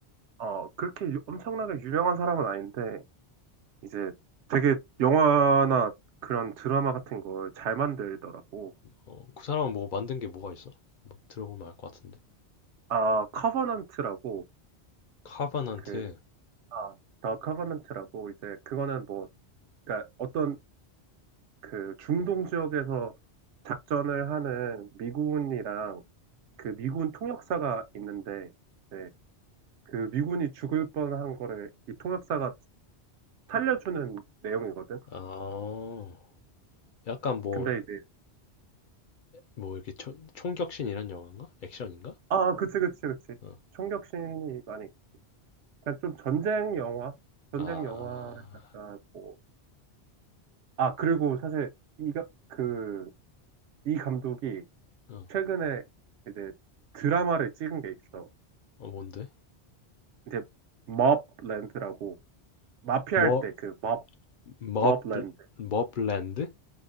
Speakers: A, on the right; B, on the left.
A: 어 그렇게 유- 엄청나게 유명한 사람은 아닌데 이제 되게 영화나 그런 드라마 같은 걸 잘 만들더라고.
B: 어, 그 사람은 뭐 만든 게 뭐가 있어? 뭐 들어보면 알 것 같은데.
A: 아, 커버넌트라고
B: 카바넌트.
A: 그, 아, 더 커버넌트라고 이제 그거는 뭐, 그러니까 어떤 그 중동 지역에서 작전을 하는 미군이랑 그 미군 통역사가 있는데 이제 그 미군이 죽을 뻔한 거를 이 통역사가 살려주는 내용이거든.
B: 아, 약간 뭐,
A: 근데 이제
B: 뭐 이렇게 초- 총격신 이런 영화인가? 액션인가?
A: 아, 그치, 그치, 그치.
B: 어,
A: 총격신이 많이 그냥 좀 전쟁 영화? 전쟁
B: 아, 아,
A: 영화 약간 뭐. 아, 그리고 사실 이가 그, 이 감독이
B: 어,
A: 최근에 이제 드라마를 찍은 게 있어.
B: 어, 뭔데?
A: 이제 머블랜드라고 마피아
B: 머,
A: 할 때 그 머,
B: 머블,
A: 머블랜드.
B: 머블랜드?